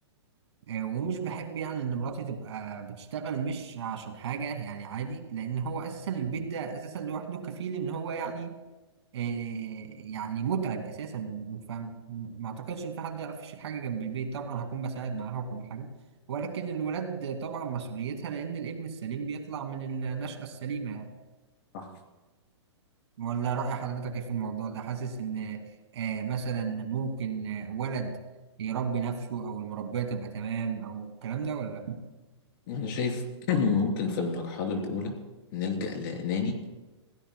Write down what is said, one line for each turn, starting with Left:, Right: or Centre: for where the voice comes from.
Right: آه ومش بحب يعني ان مراتي تبقى بتشتغل مش عشان حاجه يعني عادي لان هو اساسا البيت ده اساسا لوحده كفيل ان هو يعني آه، يعني متعب اساسا فاهم ما اعتقدش ان في حد يعرف يشيل حاجه جنب البيت طبعا هكون بساعد معاها وكل حاجه ولكن الولاد طبعا مسؤوليتها لان الابن السليم بيطلع من النشأة السليمه يعني
Left: آه.
Right: ولا رأي حضرتك ايه في الموضوع ده حاسس ان آه، مثلا ممكن آه، ولد يربي نفسه او المربيه تبقى تمام او الكلام ده ولا
Left: انا شايف <clears throat> ممكن في المرحلة الأولى نلجأ لناني